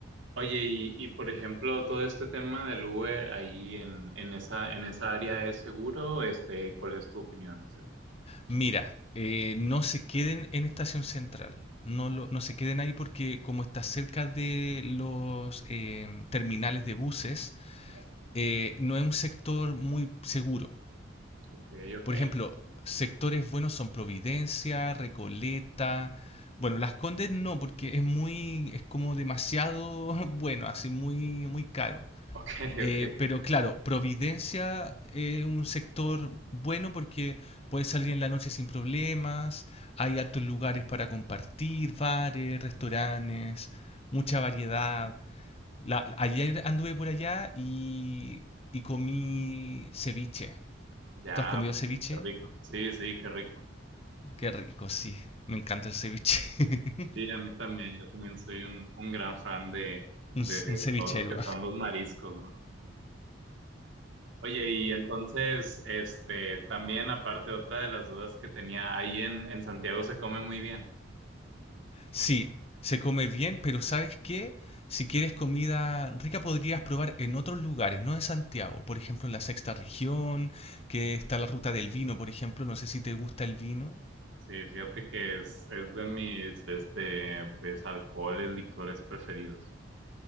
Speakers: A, on the right (about 80°); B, on the left (about 30°).
A: oye, y, y, por ejemplo, todo este tema del Uber ahí en, en esa, en esa área es seguro, este, ¿cuál es tu opinión acerca de eso?
B: Mira, eh, no se queden en Estación Central. No, lo- no se queden ahí porque como está cerca de los eh, terminales de buses,
A: Ya,
B: eh, no es un sector muy seguro.
A: ok, ok,
B: Por ejemplo, sectores buenos son Providencia, Recoleta. Bueno, Las Condes no, porque es muy, es como demasiado <laughs> bueno, así muy, muy caro.
A: <laughs> ok, ok,
B: Eh, pero claro, Providencia es un sector bueno porque puedes salir en la noche sin problemas, hay hartos lugares para compartir, bares, restaurantes, mucha variedad. La- ayer anduve por allá y, y comí ceviche.
A: ya,
B: ¿Tú has comido
A: ok,
B: ceviche?
A: qué rico, sí, sí, qué rico.
B: Qué rico, sí. Me encanta el ceviche. <laughs>
A: Sí, a mí también, yo también soy un, un gran fan de,
B: Un,
A: de
B: un cevichero.
A: todo lo que son los mariscos, ¿no? Oye, y entonces, este, también aparte, otra de las dudas que tenía, ahí en, en Santiago se come muy bien.
B: Sí, se come bien, pero ¿sabes qué? Si quieres comida rica podrías probar en otros lugares, no en Santiago. Por ejemplo, en la sexta región, que está la ruta del vino, por ejemplo. No sé si te gusta el vino. <laughs>
A: Sí, fíjate que es, es de mis, este, pues, alcoholes, licores preferidos.